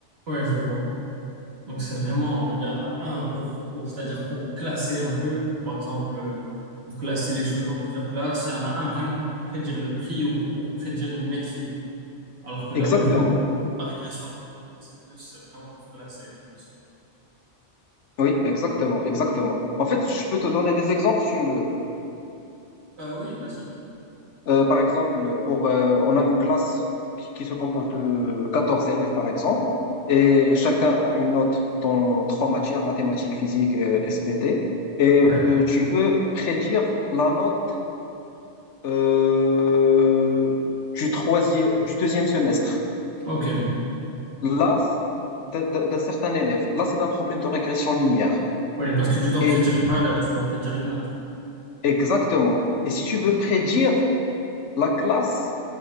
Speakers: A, on the right; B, on the left.
A: ouais, je vois. Donc c'est vraiment, il y en a un pour, pour c'est-à-dire pour classer un peu, pour par exemple, euh, pour classer les choses en plusieurs classes, il y en a un vraiment pour prédire le prix ou pour prédire une métrique, alors que la
B: Exactement.
A: logique, la régression logique, c'est plus euh, vraiment pour classer les choses.
B: Oui, exactement, exactement. En fait, je peux te donner des exemples si tu veux.
A: Euh, oui, vas-y.
B: Euh, par exemple, pour, euh, on a une classe qui, qui se compose de 14 élèves, par exemple, et chacun a une note dans trois matières, mathématiques, physique, et SVT. Et euh,
A: Ouais.
B: tu veux prédire la note euh, du troisième, du deuxième semestre.
A: Ok.
B: Là, c- d'un d'un- d'un certain élève. Là, c'est un problème de régression linéaire.
A: Oui, parce que tu dois
B: Et
A: prédire une valeur, tu dois prédire une note.
B: exactement. Et si tu veux prédire la classe